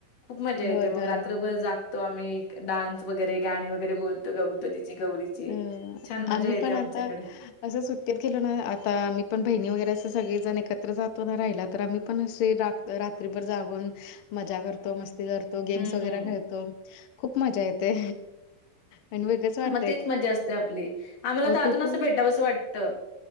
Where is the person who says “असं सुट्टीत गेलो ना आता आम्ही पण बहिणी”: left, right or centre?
Left